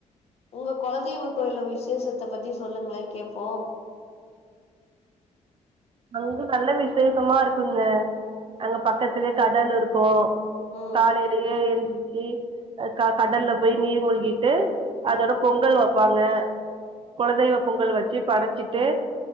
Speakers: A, on the left (about 50°); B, on the right (about 40°).
A: உங்க குலதெய்வ கோயில்ல விசேஷத்த பத்தி சொல்லுங்களேன் கேப்போ
B: அங்க நல்ல விசேஷமா இருக்குங்க அங்க பக்கத்திலயே கடல் இருக்கு
A: ம்
B: காலையிலயே எந்திரிச்சு க கடல்ல போய் நீர் மூழ்கிட்டு அதோட பொங்கல் வெப்பாங்க குலதெய்வ பொங்கல் வெச்சு படச்சிட்டு